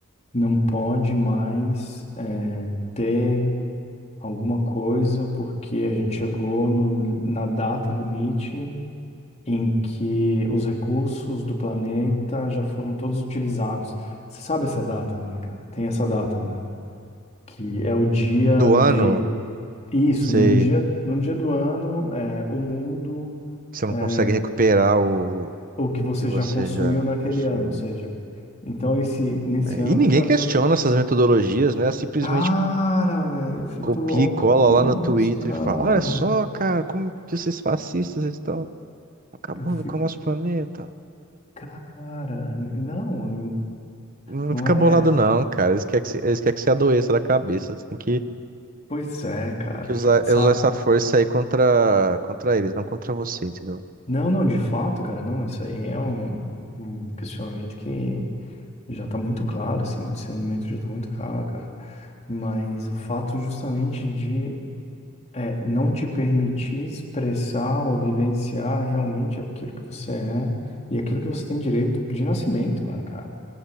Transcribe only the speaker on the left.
não pode mais é, ter alguma coisa porque a gente chegou no- na data limite em que os recursos do planeta já foram todos utilizados. Você sabe essa data, né, cara? Tem essa data, né? que é o dia
de
isso,
num dia, num dia do ano, é, o mundo,
é,
o que
você
já consumiu
naquele
ano, ou seja, então esse nesse
ano
já
deu.
Cara, velho, eu fico
louco
com
isso,
cara.
Eu fico,
cara, não,
não
é.
Pois é, cara,
sabe?
Não, não, de fato, cara, não, isso aí é um, um questionamento que Já tá muito claro, assim, o discernimento já tá muito claro, cara. Mas o fato justamente de é, não te permitir expressar ou vivenciar realmente aquilo que você é e aquilo que você tem direito de nascimento, né, cara?